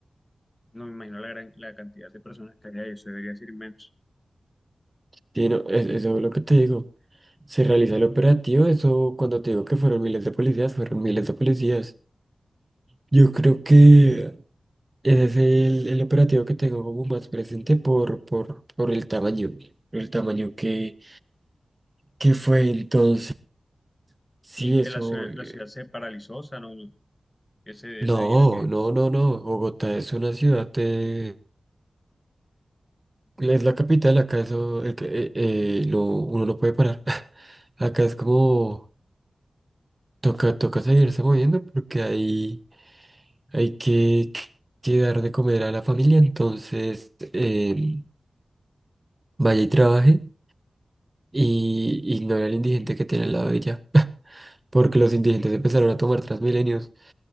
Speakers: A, on the left; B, on the right.
A: no me imagino la gran, la cantidad de personas que había ahí, eso debería ser inmenso.
B: sí, no, es- eso es lo que te digo. Se realiza el operativo, eso cuando te digo que fueron miles de policías, fueron miles de policías. Yo creo que ese es el, el operativo que tengo como más presente por, por, por el tamaño, por el tamaño que, que fue entonces. Sí,
A: Y que
B: eso...
A: la, ciu-
B: eh,
A: la ciudad se paralizó, o sea, no, no, ese,
B: No,
A: ese día que,
B: no, no, no. Bogotá es una ciudad eh, Es la capital, acá eso, eh, eh, eh, lo, uno no puede parar. <laughs> Acá es como, toca, toca seguirse moviendo porque hay, hay que, que dar de comer a la familia, entonces em, vaya y trabaje y ignore al indigente que tiene al lado de ella, <laughs> porque los indigentes empezaron a tomar Transmilenios.